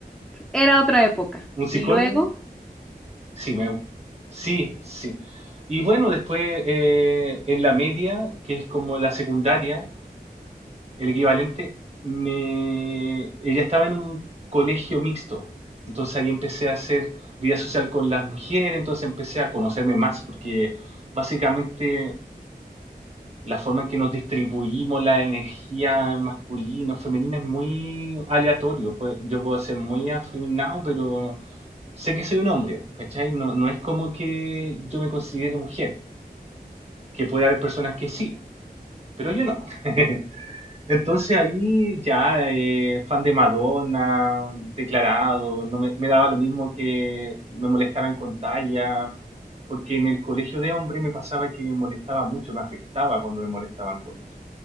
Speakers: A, in the centre; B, on the right.
A: era otra época.
B: ¿Un psicólogo?
A: Y luego,
B: Sí, me, sí, sí. Y bueno, después eh, en la media, que es como la secundaria, el equivalente, me, ella estaba en un colegio mixto. Entonces ahí empecé a hacer vida social con las mujeres, entonces empecé a conocerme más, porque básicamente la forma en que nos distribuimos la energía masculina o femenina es muy aleatorio. Pues, Yo puedo ser muy afeminado, pero sé que soy un hombre, ¿cachai? No, no es como que yo me considere mujer, que puede haber personas que sí, pero yo no. <laughs> Entonces ahí ya, eh, fan de Madonna, declarado, no me, me daba lo mismo que me molestaran con talla, porque en el colegio de hombre me pasaba que me molestaba mucho, me afectaba cuando me molestaban con eso.